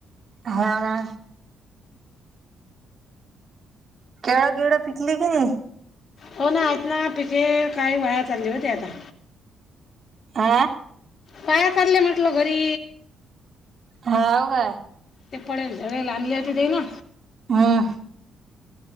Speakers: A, on the right; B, on the left.
A: हा केळा गेळा पिकली की नाही
B: हो ना आत ना पिके काही वाया चालली होती आता
A: आ
B: पाया चालले म्हटलं घरी
A: हव का
B: ते पडेल ढल आण ल ते ते ना
A: वां